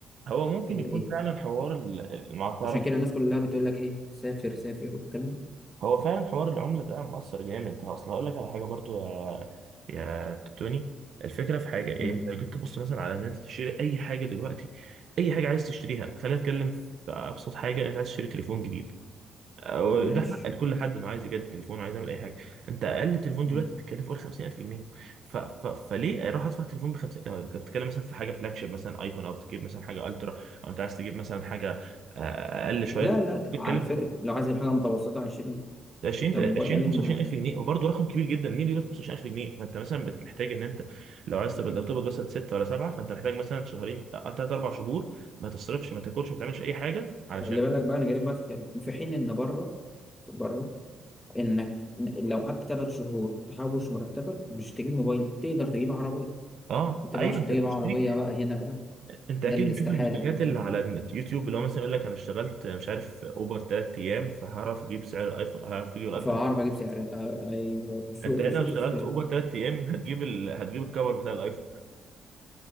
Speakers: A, on the right; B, on the left.
A: هو ممكن
B: ولا
A: يكون
B: ايه
A: فعلا حوار ال... ال- ما تعرف
B: عشان كده الناس كلها بتقول لك ايه سافر سافر والكلام ده
A: هو فعلا حوار العملة ده مؤثر جامد اصل هقول لك على حاجة برضو يا يا توني الفكرة في حاجة يعني
B: امم
A: انت لو جيت تبص مثلا على ان انت تشتري اي حاجة دلوقتي اي حاجة عايز تشتريها خلينا نتكلم في ابسط حاجة انت عايز تشتري تليفون جديد أو
B: ماشي
A: ده حق لكل حد انه عايز يجدد تليفون عايز يعمل اي حاجة انت اقل تليفون
B: مم.
A: دلوقتي بتتكلم فوق ال 50000 جنيه ف... ف... فليه اروح ادفع تليفون ب 50 لو انت بتتكلم مثلا في حاجة فلاج شيب مثلا ايفون او تجيب مثلا حاجة الترا او انت عايز تجيب مثلا حاجة آه، اقل شوية
B: لا لا ت-
A: بتتكلم
B: على فكره لو عايز حاجه متوسطه 20
A: ده 20
B: انت
A: تل-
B: موبايل
A: 20
B: اقل
A: 25000
B: من 10
A: جنيه وبرضه رقم كبير جدا مين اللي يقبض 25000 جنيه فانت مثلا بت- محتاج ان انت لو عايز تقبض لو تقبض مثلا 6 ولا 7 فانت محتاج مثلا شهرين 3 4 شهور ما تصرفش ما تاكلش ما تعملش اي حاجه علشان
B: خلي بالك بقى انا جايلك بقى في الكلام في حين ان بره بره انك لو قعدت ثلاث شهور تحوش مرتبك مش تجيب موبايل تقدر تجيب عربيه
A: اه
B: انت بقى
A: ايوه
B: عشان
A: انت
B: تجيب
A: بتشتري
B: عربيه بقى هنا بقى
A: انت
B: ده
A: اكيد
B: الاستحاله
A: بتشوف الفيديوهات
B: بقى انت
A: اللي على النت يوتيوب اللي هو مثلا يقول لك انا اشتغلت مش عارف اوبر 3 ايام فهعرف اجيب سعر الايفون هعرف اجيب الايفون
B: فعربيه اجيب سعر آه، ايوه بشوف
A: انت هنا
B: بشوف
A: لو اشتغلت
B: الفيديو
A: اوبر
B: ده
A: 3 ايام هتجيب ال... هتجيب الكفر بتاع الايفون